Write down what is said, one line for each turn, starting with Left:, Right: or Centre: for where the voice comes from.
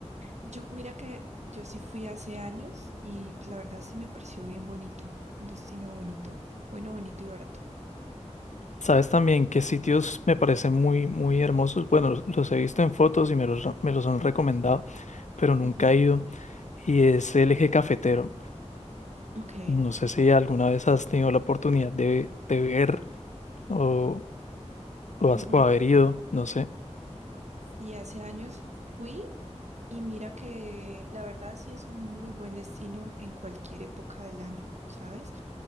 Right: Yo, mira que yo sí fui hace años y pues, la verdad sí me pareció bien bonito. Un destino bonito, bueno, bonito y barato.
Left: Sabes también qué sitios me parecen muy, muy hermosos. Bueno, los, los he visto en fotos y me los, me los han recomendado, pero nunca
Right: Ujú.
Left: he ido. Y es el eje cafetero.
Right: Ok.
Left: No sé si alguna vez has tenido la oportunidad de, de ver. o, o, has-
Right: Ujú.
Left: o haber ido, no sé.
Right: Sí, hace años fui y mira que la verdad sí es un muy buen destino en cualquier época del año, ¿sabes?